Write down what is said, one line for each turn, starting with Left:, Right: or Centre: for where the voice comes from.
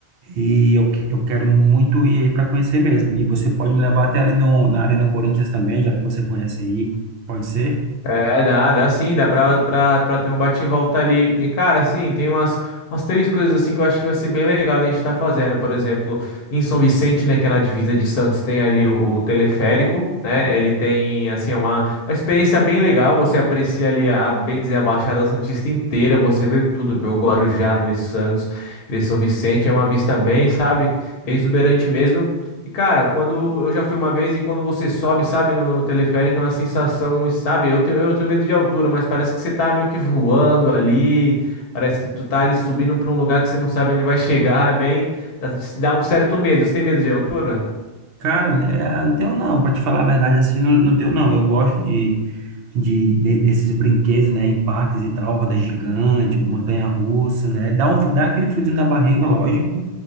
Right: e eu, que- eu quero muito ir aí para conhecer mesmo. E você pode me levar até ali no, na Arena Corinthians também, já que você conhece aí. Pode ser?
Left: É, dá, dá sim, dá pra, pra, pra ter um bate e volta ali. E, cara, assim, tem umas, umas três coisas assim que eu acho que vai ser bem legal da gente estar fazendo. Por exemplo, em São Vicente, né, que é na divisa de Santos, tem ali o, o teleférico, né? Ele tem, assim, é uma, uma experiência bem legal. Você aprecia ali, a, bem dizer, a Baixada Santista inteira. Você vê tudo, vê o Guarujá, vê Santos, vê São Vicente. É uma vista bem, sabe, bem exuberante mesmo. E cara, quando eu já fui uma vez e quando você sobe, sabe, no, no teleférico, é uma sensação, e sabe, eu tenho, eu tenho medo de altura, mas parece que você tá meio que voando ali, parece que tu tá ali subindo pra um lugar que você não sabe onde vai <laughs> chegar, é bem, dá dá um certo medo. Você tem medo de altura?
Right: Cara, é, não tenho não, pra te falar a verdade assim, não, não tenho não. Eu gosto de, de, de- desses brinquedos, né, em parques e tal, roda gigante, montanha-russa, né? Dá um, fri- dá aquele friozinho na barriga, lógico,